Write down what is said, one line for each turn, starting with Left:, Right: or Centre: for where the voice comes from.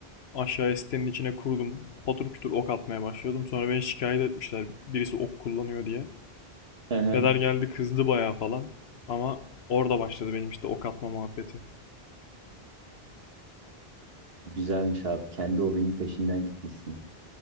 Left: Aşağıya sitenin içine kurdum. Patır kütür ok atmaya başlıyordum. Sonra beni şikayet etmişler. Birisi ok kullanıyor diye.
Right: Hı hı.
Left: Peder geldi kızdı bayağı falan. Ama orada başladı benim işte ok atma muhabbeti.
Right: Güzelmiş abi. Kendi hobinin peşinden gitmişsin.